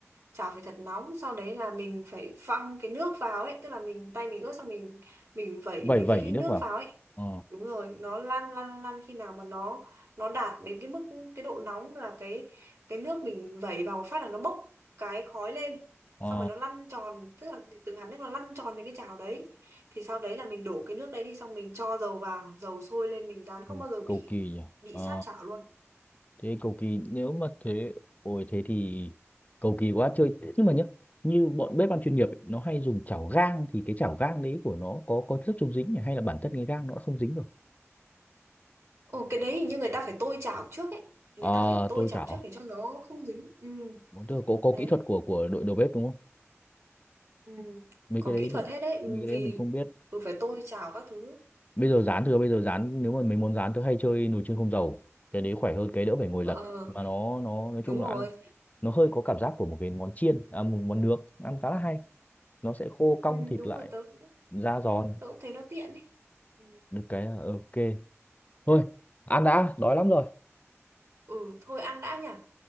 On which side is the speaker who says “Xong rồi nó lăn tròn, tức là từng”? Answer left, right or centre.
Right